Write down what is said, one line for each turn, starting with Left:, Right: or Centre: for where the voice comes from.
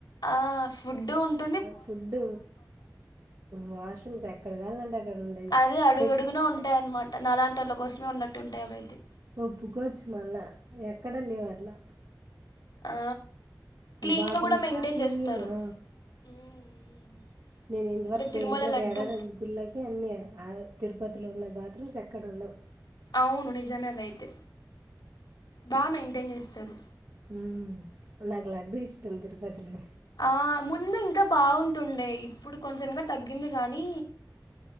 Left: ఆ ఫుడ్ ఉంట
Right: ఫుడ్ వాష్రూమ్స్ ఎక్కడ కాలంటే అక్కడ ఉండేది
Left: అది అడుగుడుగునే
Right: పెట్
Left: ఉంటాయి అనమాట నాలాంటి వాళ్ళ కోసం ఉన్నట్టు ఉంటాయి అవయితే
Right: ఒప్పుకోవచ్చు మళ్ళా ఎక్కడ లేవు అట్లా
Left: ఆ క్లీన్గా
Right: బాత్రూమ్స్క
Left: కూడా మెయింటైన్
Right: క్లీన్గా
Left: చేస్తారు మ్, మ్.
Right: నేను ఇంతవరకు
Left: ఇంకా తిరుమల
Right: పోయిన చోట
Left: లడ్డు
Right: ఏడాని గుళ్ళకి అన్ని ఆ తిరుపతిలో ఉన్న బాత్రూమ్స్ ఎక్కడ ఇక్కడుండవు
Left: అవును నిజమేదయితే బా మెయింటైన్ చేస్తారు
Right: హ్మ్మ్ నాకు లడ్డూ ఇష్టం తిరుపతిలో
Left: ఆ ముందు ఇంకా బాగుంటుండే ఇప్పుడు కొంచెం ఇంకా తగ్గింది కానీ